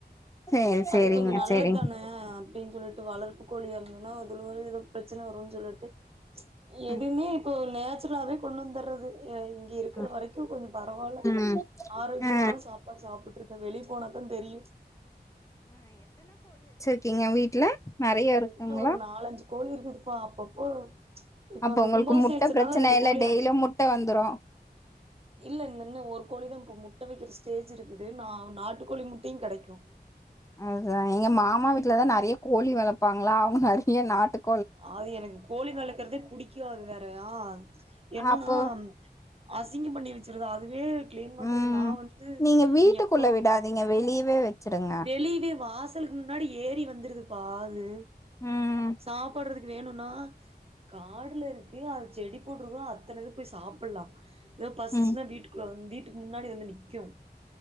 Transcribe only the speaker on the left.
சேரி சேரிங்க
சேரிங்க
ம்
ம்
ம்
ஆ
க்கீங்க வீட்ல நெறைய இருக்குங்களா
அப்ப
உங்களுக்கு
முட்ட
பிரச்சன
இல்ல
டெய்லியும்
முட்ட வந்துரு
அதா எங்க மாமா வீட்லதா நெறைய கோழி வளப்பாங்களா அவங்க நெறைய நாட்டுக்
அப்போ
ம்
நீங்க வீட்டுக்குள்ள
விடாதீங்க வெளியவே வச்சிடுங்க
ம்
ம்